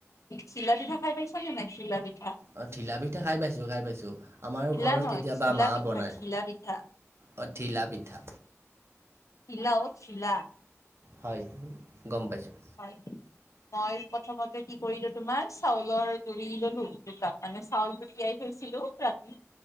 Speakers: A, on the left (about 80°); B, on the right (about 55°).
A: চিলা পিঠা খাই পাইছা নে নাই খিলা পিঠ-
B: অ ঢিলা পিঠা খাই পাইছোঁ খাই পাইছোঁ, আমাৰো
A: ঘিলা
B: ঘৰত
A: নহয়
B: কেতিয়াবা
A: ঘিলা
B: মা
A: পিঠা
B: বনায়।
A: ঘিলা পিঠা
B: অ থিলা পিঠা।
A: ঢিলাও চিলা
B: হয়। গম পাইছোঁ
A: হয় মই প্ৰথমতে কি কৰি তোমাৰ চাউলৰ গুৰি ললো দুকাপ মানে চাউলটো তিয়াই থৈছিলো ৰাতি।